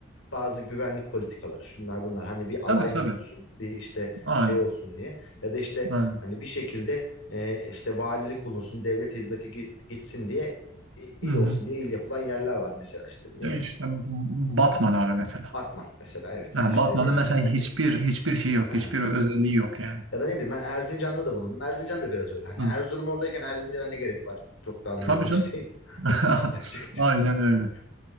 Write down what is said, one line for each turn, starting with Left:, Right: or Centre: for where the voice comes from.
Left: bazı güvenlik politikaları şunlar bunlar hani bir
Right: Tabii
Left: alay
Right: tabii.
Left: bulunsun bir işte
Right: Aynen.
Left: şey olsun diye ya da işte
Right: Aynen.
Left: hani bir şekilde e, işte valilik bulunsun devlet hizmeti git- gitsin diye e, il
Right: Hı hı.
Left: olsun diye il yapılan yerler var mesela işte ne
Right: Ya
Left: bileyim
Right: işte Batman abi mesela.
Left: Batman mesela evet
Right: Yani
Left: işte
Right: Batman'ın
Left: ne bileyim.
Right: mesela hiçbir hiçbir şey yok,
Left: Aha.
Right: hiçbir özelliği yok yani.
Left: Ya da ne bileyim ben Erzincan'da da bulundum. Erzincan da biraz öyle. Hani
Right: Hı.
Left: Erzurum oradayken Erzincan'a ne gerek var? Çok da anlayabilmiş
Right: Tabii canım.
Left: değil.
Right: <laughs>
Left: <laughs> Açıkçası.
Right: Aynen öyle.
Left: <laughs>